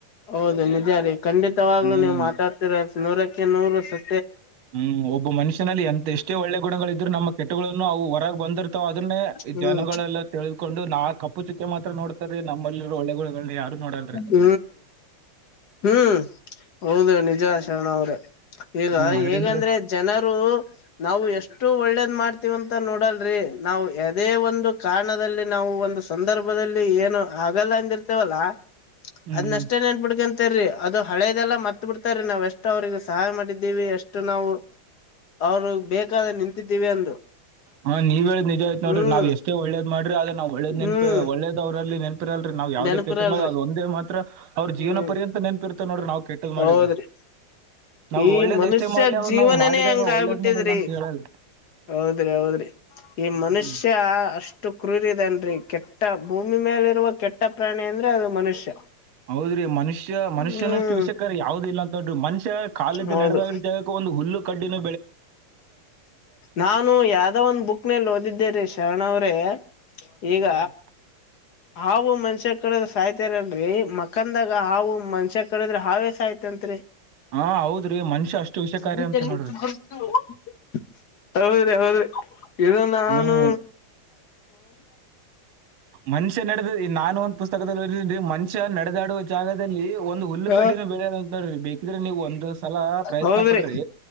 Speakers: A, on the left; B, on the right.
A: ಹೌದು ನಿಜ ರೀ ಖಂಡಿತವಾಗ್ಲುೂ
B: ಹ್ಮ್
A: ನೀವು ಮಾತಾಡ್ತಿರ ನೂರಕ್ಕೆ ನೂರು ಸ.
B: ಹ್ಮ್ ಒಬ್ಬ ಮನುಷ್ಯನಲ್ಲಿ ಎಂತ ಎಷ್ಟೇ ಒಳ್ಳೆ ಗುಣಗಳಿದ್ರು ನಮ್ಮ ಕೆಟ್ಟುಗಳನ್ನು ಅವು ಹೊರಗೆ ಬಂದಿರ್ತಾವ ಅದ್ರ.
A: ಹ್ಮ್
B: ಜನಗಳೆಲ್ಲ ತ ತಿಳಕೊಂಡು ನಾ ಕಪ್ಪು ಚಿಕ್ಕೆ ಮಾತ್ರ ನೋಡ್ತಾರೆೀ ನಮ್ಮಲ್ಲಿರೋ ಒಳ್ಳೆ ಯಾರು. ನೋಡಲ್ರಿ
A: ಹ್ಮ್ ಹ್ಮ್ ಹೌದ ನಿಜ ಶರಣ ಅವ್ರ. ಈಗ
B: ಹ್ಮ್ ಅದ್ರಿಂದ
A: ಹೇಗಂದ್ರೆ ಜನರು ನಾವು ಎಷ್ಟು. ಇಷ್ಟು ಒಳ್ಳೇದ್ ಮಾಡ್ತೀವಂತ ನೋಡಲ್ರರಿ ನಾವು ಅದೇ ಒಂದು ಕಾರಣದಲ್ಲಿ ನಾವು ಒಂದು ಸಂದರ್ಭ. ಏನು ಆಗಲ್ಲ ಅಂದಿರ್ತೇವಲ್ಲ
B: ಹ್ಮ್
A: ಅದ್ಷ್ಟೇ ನನ್ಬಿಡ್ಕಂತ. ತೀ ಅದು ಹಳೆದೆಲ್ಲ ಮತ್ ಬಿಡ್ತ್ರೀ ನಾವ ಎಷ್ಟ್ ಅವ್ರಿಗೆ ಸಹಾಯ ಮಾಡಿದ್ದೀವಿ ಎಷ್ಟು ನಾವು. ಅವರು ಬೇಕಾದ್ರೆ ನಿಂತಿದ್ದೀವಿ ಅಂದು.
B: ಹಾ ನೀವ್ ಹೇಳ್ ನಿಜ ಆಯ್ತತ್ ನೋಡ್ರಿ
A: ಹ್ಮ್
B: ನಾವ್ ಎಷ್ಟೇ ಒಳ್ಳೇದ್ ಮಾಡ್ರಿ ಅದ. ನಾ್ ಒಳ್ಳೆ್ ನೆನಪೆ
A: ಹ್ಮ್
B: ಒಳ್ಳದ್ ಅವರಲ್ಲಿ ನೆನ್ಪ. ರಲ್ರಿ ನಾವವು ಯಾವ್ದೇ
A: ನೆನಪಿರಲ್ರಿ
B: ಕೆಟ್ಟದ್ ಅದ ಒಂದೇ ಮಾತ್ರ ಅವ್ರ ಜೀವನ
A: ಹ್ಮ್
B: ಪರ್ಯಂತ ನೆನ್ಪಿರ್ತ ನೋ್ರಿ ನಾ್ ಕೆದ್ ಮಾಡಿದ್ದು.
A: ಹೌದ್ರಿ
B: ನಾವ್
A: ಈ
B: ಒಳ್ಳೇದ
A: ಮನುಷ್ಯ
B: ಎಷ್ಟೇ ಮಾಡ್ಲಿ ಅವ್ರು
A: ಜೀವನನೇ
B: ನಾವ್ ಮಾಡಿದಾಗ
A: ಹಂಗ
B: ಒಳ್ಳೇದ್
A: ಆಗ್ಬಿಟ್ಟಿದ್ರಿ
B: ಮಾಡಲ್ಲ ಅಂತ ಹೇಳಲ್ರಿ.
A: ಹೌದ್ರಿ ಹೌದ್ರಿ ಈ
B: ಹ್ಮ್.
A: ಮನುಷ್ಯ ಅಷ್ಟ. ಅಷ್ಟು ಕ್ರೂರಿದನ್ರಿ ಕೆಟ್ಟ ಭೂಮಿ ಮೇಲಿರುವ ಕೆಟ್ಟ ಪ್ರಾಣಿ ಅಂದ್ರೆ ಅದು ಮನುಷ್ಯ.
B: ಹೌದ್ರೀ ಮನುಷ್ಯ ಮನುಷ್ಯನಷ್ಟು
A: ಹ್ಮ್
B: ವಿಷಯಕ್ಕ ಯಾವ್ದ ಇಲ್ಲ ಅಂತಂದ್ರಿ ಮನುಷ್ಯ. ಕಾಲದ
A: ಹೌದು
B: ನಡೆದಾಗ ರೀತ ಒಂದು ಹುಲ್ಲು ಕಡ್ಡಿನ.
A: ನಾನು ಯಾವ್ದ ಒಂದ್ ಬುಕ್ನಲ್ಲಿ ಓದಿದ್ದೆರಿೀ ಶರಣವ್ರೆ.
B: ಹ್ಮ್.
A: ಈಗ ಆವು ಮನುಷ್ಯ ಕಡ ಸಹ್ತರನ್ರಿ ಮ. ಅಾಕಂದಾಗ ಹಾವು ಮನ್ಷ್ಯ ಕಡಿದ್ರೆ ಹಾವಸ ಆಾಯ್ತಂತ್ರಿ.
B: ಹಾ ಹೌದ್ರಿ ಮನುಷ್ಯ ಅಷ್ಟು ವಿಷಕಾರಿ
A: ಬಿಟ
B: ಅಂತ
A: <unintelligible>
B: ನೋಡ್ರಿ
A: ಹೌದಿ ಹೌದಿ ಇದು ನಾನು
B: ಹ್ಮ್ ಮನುಷ್ಯ ನಡೆದ ನಾನು ಒಂದ ಪುಸ್ತಕದಲ್ಲಿ ಓಿ ಮನುಷ್ಯ ನಡೆದಾಡುವ ಜಾಗದಲ್ಲಿ ಒಂದು ಹುಲ್ಲುಕಟ್ಟಿನ.
A: ಹ
B: ಬೆಳಂತ ನೋಡ್ರಿ ಬೇಕಿದ್ರೆ ನೀವು ಒಂದ್ ಸಲ ಪ್ರಯತ್ನ
A: ಹೌದ್ರಿ
B: ಪಡ್ರಿ.